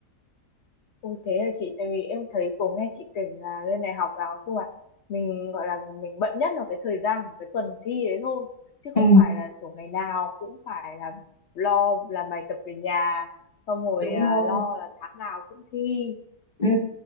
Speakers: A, on the left; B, on the left.
A: Ôi thế là chị tại vì em thấy cô nghe chị kể là lên đại học là nói chung là mình gọi là mình bận nhất là cái thời gian của cái tuần thi đấy thôi chứ
B: ừ
A: không phải là kiểu ngày nào cũng phải là lo làm bài tập về nhà xong rồi
B: đúng
A: à,
B: rồi
A: lo là tháng nào cũng thi
B: Ừ,